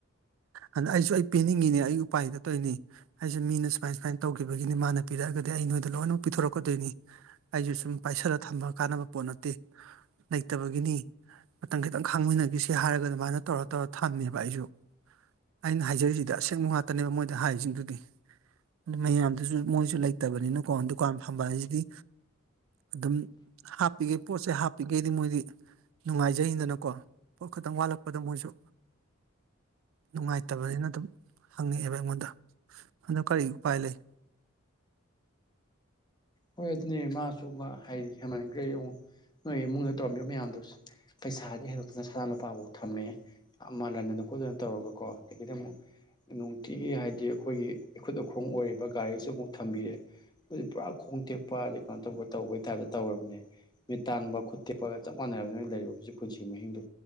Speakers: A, on the right; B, on the left.
A: ꯑꯗ ꯑꯩꯁꯨ ꯑꯩ ꯄꯤꯅꯤꯡꯉꯤꯅꯦ ꯑꯩ ꯎꯄꯥꯏ ꯂꯩꯇ ꯇꯧꯔꯤꯅꯦ ꯑꯩꯁꯨ ꯃꯤꯅ ꯁꯨꯃꯥꯏꯟ ꯁꯨꯃꯥꯏꯟ ꯇꯧꯈꯤꯕꯒꯤꯅꯤ ꯃꯥꯅ ꯄꯤꯔꯛꯑꯒꯗꯤ ꯑꯩ ꯅꯣꯏꯗ ꯂꯣꯏꯅꯃꯛ ꯄꯤꯊꯣꯔꯛꯀꯗꯣꯏꯅꯤ ꯑꯩꯁꯨ ꯁꯨꯝ ꯄꯥꯏꯁꯜꯂꯒ ꯊꯝꯕ ꯀꯥꯟꯅꯕ ꯄꯣꯠ ꯅꯠꯇꯦ ꯂꯩꯇꯕꯒꯤꯅꯤ ꯃꯇꯝ ꯈꯤꯇꯪ ꯈꯥꯡꯃꯤꯟꯅꯈꯤꯁꯤ ꯍꯥꯏꯔꯒ ꯑꯗꯨꯃꯥꯏꯅ ꯇꯧꯔ ꯇꯧꯔ ꯊꯝꯃꯦꯕ ꯑꯩꯁꯨ ꯑꯩꯅ ꯍꯥꯏꯖꯔꯤꯁꯤꯗꯤ ꯑꯁꯦꯡꯕ ꯉꯥꯛꯇꯅꯦꯕ ꯃꯣꯏꯗ ꯍꯥꯏꯔꯤꯁꯤꯡꯗꯨꯗꯤ ꯃꯌꯥꯝꯗꯨꯁꯨ ꯃꯣꯏꯁꯨ ꯂꯩꯇꯕꯅꯤꯅꯀꯣ ꯗꯨꯀꯥꯟ ꯐꯝꯕ ꯍꯥꯏꯁꯤꯗꯤ ꯑꯗꯨꯝ ꯍꯥꯞꯄꯤꯈꯩ ꯄꯣꯠꯁꯦ ꯍꯥꯞꯄꯤꯈꯩꯗꯤ ꯃꯣꯏꯗꯤ ꯅꯨꯡꯉꯥꯏꯖꯩꯗꯅꯀꯣ ꯄꯣꯠ ꯈꯛꯇꯪ ꯋꯥꯠꯂꯛꯄꯗ ꯃꯣꯏꯁꯨ ꯅꯨꯡꯉꯥꯏꯇꯕꯅꯤꯅ ꯑꯗꯨꯝ ꯍꯪꯉꯛꯑꯦꯕ ꯑꯩꯉꯣꯟꯗ ꯑꯗꯣ ꯀꯔꯤ ꯎꯄꯥꯏ ꯂꯩ
B: ꯍꯣꯏ ꯑꯗꯨꯅꯦ ꯃꯥꯁꯨ ꯍꯥꯏ ꯍꯦꯟꯃꯟꯈ꯭ꯔꯦ ꯌꯦꯡꯉꯣ ꯅꯣꯏ ꯏꯃꯨꯡꯗ ꯇꯧꯔꯝꯃꯤꯕ ꯃꯌꯥꯝꯗꯨ ꯄꯩꯁꯥꯗꯤ ꯍꯩꯗꯣꯛꯇꯅ ꯁꯅꯥ ꯂꯨꯄꯥꯐꯥꯎ ꯊꯝꯃꯑꯦ ꯌꯥꯝ ꯃꯥꯜꯍꯟꯗꯅ ꯈꯣꯠꯇꯅ ꯇꯧꯔꯒꯀꯣ ꯑꯗꯒꯤꯗꯤ ꯑꯃꯨꯛ ꯅꯨꯡꯇꯤꯒꯤ ꯍꯥꯏꯗꯤ ꯑꯩꯈꯣꯏꯒꯤ ꯏꯈꯨꯠ ꯑꯈꯣꯡ ꯑꯣꯏꯔꯤꯕ ꯒꯥꯔꯤꯁꯨ ꯑꯃꯨꯛ ꯊꯝꯕꯤꯔꯦ ꯑꯗꯨ ꯄꯨꯔꯥ ꯈꯣꯡ ꯇꯦꯛꯄ ꯑꯗꯩ ꯀꯩꯅꯣ ꯇꯧꯕ ꯇꯧꯕꯩ ꯇꯥꯏꯞꯇ ꯇꯧꯔꯕꯅꯦ ꯃꯤꯠ ꯇꯥꯡꯕ ꯈꯨꯠ ꯇꯦꯛꯞꯄꯒ ꯆꯞ ꯃꯥꯟꯅꯔꯕꯅꯤ ꯅꯣꯏ ꯂꯩꯔꯤꯕ ꯍꯧꯖꯤꯛ ꯄꯨꯟꯁꯤ ꯃꯍꯤꯡꯗꯨ